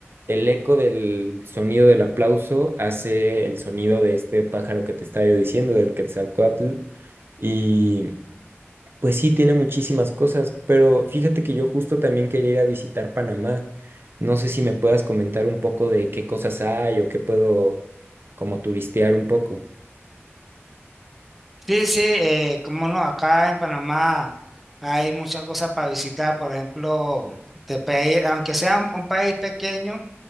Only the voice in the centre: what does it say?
Sí, sí, eh, cómo no, acá en Panamá hay muchas cosas para visitar, por ejemplo, te pe- aunque sea un, un país pequeño,